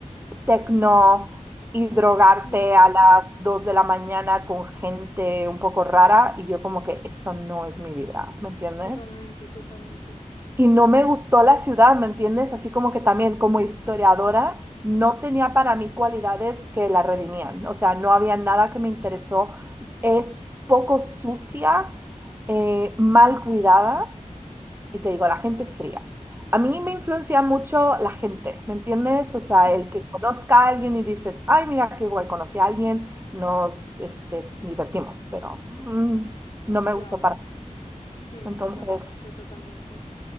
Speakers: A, on the right; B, on the left.
A: tecno y drogarte
B: Sí.
A: a las 2 de la mañana con gente un poco rara. Y yo como que esto no es mi vibra, ¿me entiendes?
B: Totalmente, totalmente.
A: Y no me gustó la ciudad, ¿me entiendes? Así como que también como historiadora no tenía para mí cualidades que la redimían. O sea, no había nada que me interesó. Es poco sucia, eh, mal cuidada y te digo, la gente fría. A mí me influencia mucho la gente, ¿me entiendes? O sea,
B: Mm,
A: el que conozca a alguien y dices, ay, mira qué guay, conocí a alguien, nos este, divertimos, pero mm, no me
B: claro,
A: gustó para.
B: sí,
A: Entonces,
B: es que se hace mucho, totalmente.